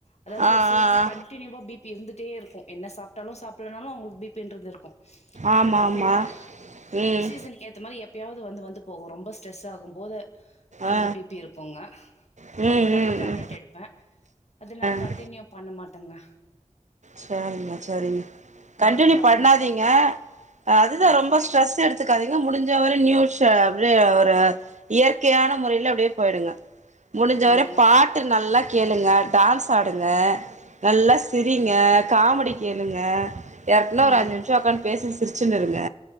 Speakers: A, on the left; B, on the right.
A: அதாவது
B: ஆ ஆ
A: ஒரு சிலருக்கு
B: ஆ
A: கண்டினியூவா பிபி இருந்து டே இருக்கும் என்ன சாப்ட்டாலும் சாப்பிட்லனாலும் அவங்களுக்கு பி பின்றது இருக்
B: ஆமா
A: எனக்கு அப்டி
B: ஆமா
A: இல்ல
B: ம்
A: சீசனுக்கு ஏத்த மாரி எப் எப்பயாவது வந்து வந்து போகும் ரொம்ப ஸ்ட்ரெஸ் ஆகும் போது அந்த
B: ஆ
A: பிபி இருக்குங்க
B: ம்
A: அப்போ மட்டும்
B: ம்
A: டேப்லெட்
B: ம்
A: எடுப்பேன் அத நா கன்டினியூ
B: ஆ
A: பண்ண மாட்டேங்க
B: சரிங்க சரிங்க கண்டினியூ
A: டாக்டர் அப்ப
B: பண்ணாதீங்
A: மட்டும்
B: க அதுதா
A: ஆ
B: ரொம்ப ஸ்ட்ரெஸ் எடுத்து த்துகாதிங்க முடிஞ்ச வர நியூஸ் அப்படியே ஒரு இயற்கையான முறையில அப்டியே போயிடுங்க முடிஞ்சவர
A: ஆமாங்க.
B: பாட்டு நல்லா கேளுங்க டான்ஸ் ஆடுங்க நல்லா சிரி ங்க காமெடி கேளுங்க யாருக்குனா
A: ம்.
B: ஒரு அஞ்சி நிம்ஷம் உக்காந்து பேசுங்க சிரிச்சினுருங்க